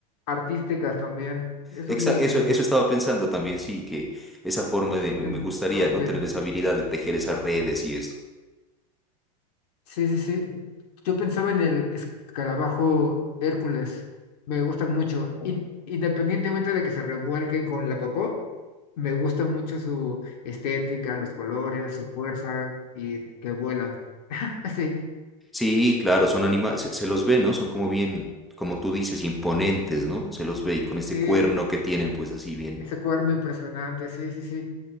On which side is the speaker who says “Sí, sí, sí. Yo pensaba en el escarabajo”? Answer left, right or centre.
Left